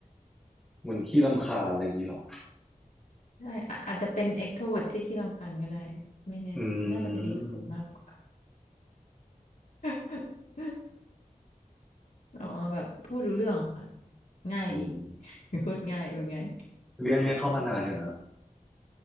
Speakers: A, in the centre; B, on the left.
A: เหมือนขี้รำคาญอะไรอย่างนี้หรอ
B: ใช่อาอาจจะเป็นเอ t กโทรเวร์ที่ขี้รำคาญก็ได้ไม่แน่ใจน่าจะเป็นเอกโทเวร์มากกว่า
A: อืม
B: <laughs> แต่ว่าแบบพูดรู้เรื่องค่ะง่ายดี
A: อืม
B: <laughs> พูดง่ายพูดง่าย
A: เลี้ยงเลี้ยงเข้ามานานยังครับ